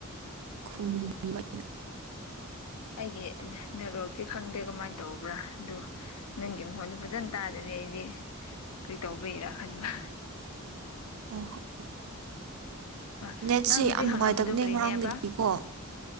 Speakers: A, on the right; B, on the left.
A: <unintelligible>
B: ꯑꯩꯗꯤ ꯅꯦꯠꯒ‌꯭ꯔ‌ꯣꯛꯇꯤ ꯈꯪꯗꯦ ꯀꯃꯥꯏꯅ ꯇꯧꯕ꯭ꯔꯥ ꯑꯗꯨ ꯅꯪꯒꯤ ꯃꯈ‌ꯣꯟꯗꯨ ꯐꯖꯅ ꯇꯥꯗ꯭ꯔ‌ꯦ ꯑꯩꯗꯤ ꯀ꯭ꯔꯤ ꯇꯧꯕꯩꯔꯥ ꯈꯟꯕ
A: ꯑꫭ
B: ꯑ
A: ꯅꯦꯠꯁꯦ
B: ꯅꯪ ꯍꯧꯖꯤꯛ
A: ꯌꯥꯝ ꯅꯨꯡꯉꯥꯏꯇꯕꯅꯦ
B: ꯍꯪꯂꯝꯕꯗꯨꯣ ꯀꯔꯤꯅꯦꯕ
A: ꯉꯔꯥꯡꯗꯒꯤꯀꯣ